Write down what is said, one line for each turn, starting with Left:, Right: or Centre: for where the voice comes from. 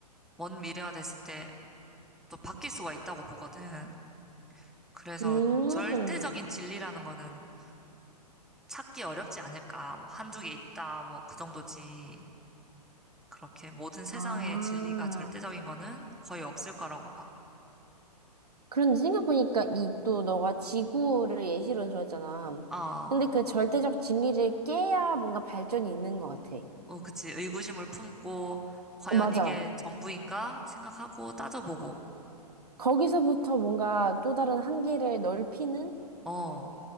Centre: 먼 미래가 됐을 때 또 바뀔 수가 있다고 보거든. 그래서
Right: 음.
Centre: 절대적인 진리라는 거는 찾기 어렵지 않을까. 뭐 한두 개 있다. 뭐 그 정도지. 그렇게 모든 세상의
Right: 아.
Centre: 진리가 절대적인 거는 거의 없을 거라고 막.
Right: 그런데 생각해보니까 이 또 너가 지구를 예시로 들었잖아.
Centre: 아,
Right: 근데 그 절대적 진리를 깨야 뭔가 발전이 있는 것 같아.
Centre: 어, 그치. 의구심을 품고 과연
Right: 어, 맞아.
Centre: 이게 전부인가 생각하고 따져보고.
Right: 거기서부터 뭔가 또 다른 한계를 넓히는
Centre: 어,